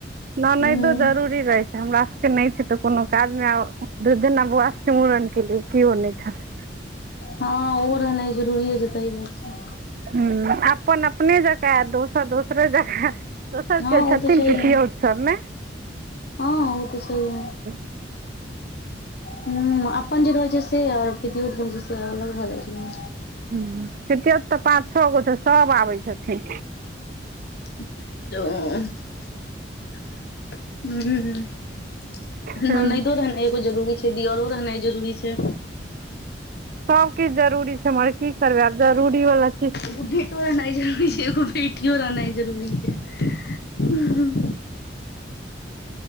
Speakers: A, on the right; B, on the left.
A: ननैदो
B: हूं
A: जरुरी
B: हँ ओहो
A: रहै हमरा सबके नैय छैय तऽ कोनो काज मे आब, दू दिना बौआा स के मुड़न केलियै केओ नैय छह
B: हँ ओहो रहनाय जरुरिये छैय। सही बात छैय।
A: हूॅं - अपन अपने जकाँ दोसर दोसरे जकाॅं, दोसर
B: हँ
A: के छथिन
B: ओ तऽ छैहे
A: पितयौत सब में
B: हँ उऽ तऽ छहिये
A: <inaudible>
B: हूॅं अपन जे रहै छैय से आरु पितयौत जे रहै छैय से अलग भऽ जाय छै ने
A: हूॅं - पितयौत त पाँच छअ गो छैय सब आबै छथिन
B: <unintelligible> - हूॅं
A: चलू
B: ननैदो रहनाय एगो जरूरी छैय दियौरो रहनाइ जरूरी छै
A: सब किछ जरुरी छैय मगर कि करबै आब जरूरी बाला
B: एगे बेटो रहनाय जरुरी छैय एगो बेटियो रहनाय जरुरी छैय - हाॅं